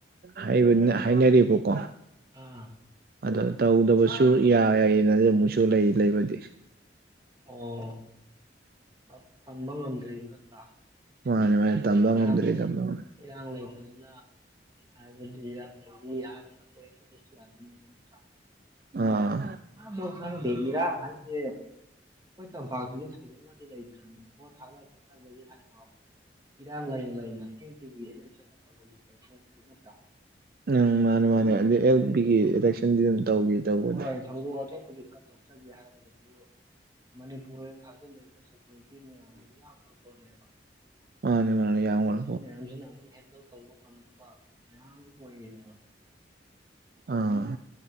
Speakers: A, on the right; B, on the right.
A: ꯍꯩꯕꯅꯤꯅ ꯍꯥꯏꯅꯔꯤꯕꯀꯣ
B: ꯑꯥ
A: ꯑꯗ ꯇꯧꯗꯕꯁꯨ ꯌꯥꯏꯌꯦꯅ ꯑꯃꯨꯛꯁꯨ ꯂꯩ ꯂꯩꯕꯗꯤ
B: ꯑꯣ ꯑꯞ ꯇꯝꯕ ꯉꯝꯗ꯭ꯔꯤꯝ ꯅꯠꯇ꯭ꯔꯥ
A: ꯃꯥꯟꯅꯦ ꯃꯥꯅꯦ ꯇꯝꯕ
B: ꯏꯔꯥꯡ
A: ꯉꯝꯗ꯭ꯔꯦ
B: ꯂꯩ
A: ꯇꯝꯕ ꯉꯝꯗ꯭ꯔꯦ
B: ꯏꯔꯥꯡ ꯂꯩꯕꯅꯤꯅ ꯍꯥꯏꯕꯗꯤ ꯏꯔꯥꯡ ꯂꯩꯔꯤ ꯍꯥꯏꯔꯒ <unintelligible> ꯅꯠꯇ꯭ꯔ
A: ꯑꯥ
B: ꯑꯥ ꯃꯣꯏ ꯈꯪꯗꯦ ꯏꯔꯥꯡ ꯍꯥꯏꯖꯦ ꯈꯣꯏ ꯇꯝꯄꯥꯛꯇꯗꯤ ꯊꯣꯏꯗꯣꯛꯅꯗꯤ ꯂꯩꯇ꯭ꯔꯝꯅꯤꯅ ꯕꯣꯠ ꯊꯥꯗ ꯇꯟꯕꯒꯤ ꯍꯥꯏꯔꯣ ꯏꯔꯥ ꯔꯥꯡ ꯂꯩꯅ ꯂꯩꯅ ꯑꯦꯝ ꯄꯤꯒꯤ ꯑꯦꯂꯦꯛꯁꯟ ꯇꯧꯕꯒꯤ <unintelligible> ꯅꯠꯇ꯭ꯔ
A: ꯎꯝ ꯃꯥꯅꯦ ꯃꯥꯅꯦ ꯑꯗꯨ ꯑꯦꯜ
B: ꯀꯔꯤꯒꯨꯝꯕ
A: ꯄꯤꯒꯤ ꯏꯂꯦꯛꯁꯟꯗꯤ ꯑꯗꯨꯝ ꯇꯧꯒꯤ ꯇꯧꯕꯗꯤ
B: ꯍꯣꯏ ꯊꯧꯗꯣꯛ ꯋꯥꯇꯣꯛꯄꯨꯗꯤ ꯈꯔ ꯊꯣꯛꯆꯒꯦ ꯍꯥꯏꯔꯒꯖꯨ ꯃꯅꯤꯄꯨꯔꯗ ꯊꯥꯖꯤꯜꯂꯛꯏꯕ ꯁꯦꯀꯨꯔꯤꯇꯤ ꯃꯌꯥꯝꯗꯨ ꯌꯥꯝꯈ꯭ꯔ ꯄꯣꯠꯅꯦꯕ
A: ꯃꯥꯅꯦ ꯃꯥꯅꯦ ꯌꯥꯝꯒ꯭ꯔ
B: ꯁꯤ ꯃꯌꯥꯝꯖꯤꯅ ꯑꯗꯨꯝ ꯍꯦꯟꯗꯜ ꯇꯧꯕ ꯉꯝꯗꯨꯕ ꯃꯌꯥꯝꯖꯤ ꯑꯣꯏꯔꯤꯅꯦꯕ ꯄꯣꯠꯇꯣ
A: ꯑꯥ